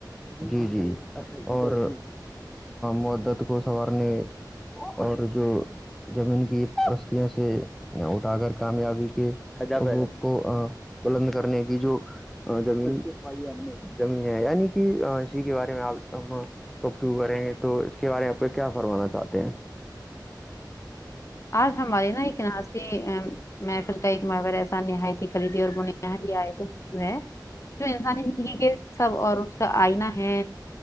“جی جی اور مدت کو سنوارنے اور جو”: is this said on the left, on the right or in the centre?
Centre